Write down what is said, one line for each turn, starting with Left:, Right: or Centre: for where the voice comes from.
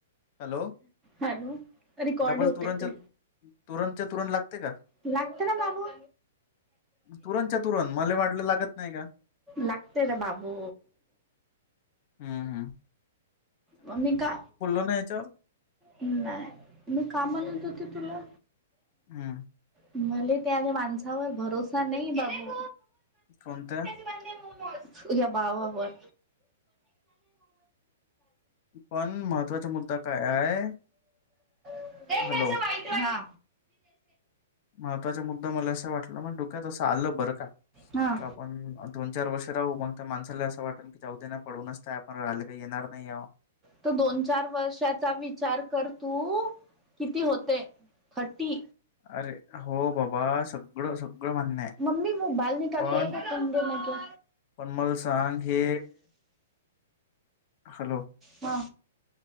Left: Hello
Right: hello record
Left: double
Right: होते
Left: तुरंच्या
Right: ते
Left: तुरंतच्या तुरंत लागते का
Right: लागते ना मामू
Left: तुरंतच्या तुरंत मला वाटलं लागत नाही का
Right: लागते ना बाबू
Left: हम् हम
Right: म मी का
Left: ना याच्यावर
Right: नाही मी का म्हणत होते तुला
Left: हम्म
Right: मले त्या माणसावर भरोसा नाही बाबू
Left: कोणत
Right: <unintelligible> <unintelligible> ्या बाबा बन
Left: पण महत्वाचा मुद्दा काय आहे
Right: लिखा
Left: हॅलो
Right: हा
Left: महत्त्वाचा मुद्दा मला असं वाटलं म डोक्यातसं आलं बरं का
Right: हा
Left: का पण दोन चार वर्ष राहू मग त्या माणसाला असं वाटेल की जाऊ देना पडूनच काय आपण राहिले काही येणार नाही या
Right: तर दोन चार वर्षाचा वि वीचार कर तू किती होते फठी
Left: अरे हो बाबा सगळं सगळं मान्य आहे
Right: मम्मी म मोबाईल निकाल
Left: पण
Right: के रखो तंगे मगे
Left: पण मला सांग हे हॅलो
Right: हा